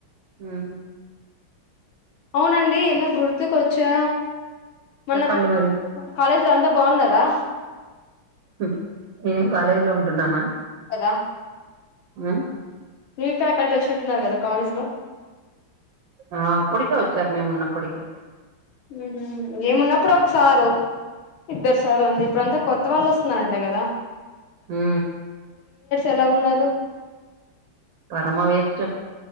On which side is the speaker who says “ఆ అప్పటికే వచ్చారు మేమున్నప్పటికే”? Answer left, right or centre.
Right